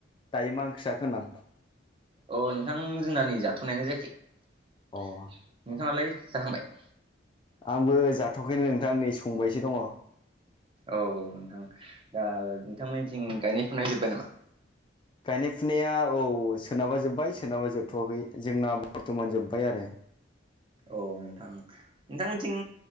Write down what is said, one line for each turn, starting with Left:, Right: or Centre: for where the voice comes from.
Left: दायो मा ओंख्रि जाखो होनदां
Right: औ नोंथां जोंना नै जाथ'नायानो जायाखै नोंथाङालै
Left: अ
Right: जाखांबाय
Left: आंबो जाथ'खैनो नोंथां नै संबायसो दंङ
Right: औ औ नोंथां दा नोंथांमोननिथिं गायनाय फुनाय जोब्बाय नामा
Left: गायनाय फुनाया औ सोनाबा जोब्बाय सोरोनाबा जोबथ'वाखै जोंना बर्थ'मान जोब्बाय आरो
Right: औ नोंथां नोंथांमोनथिं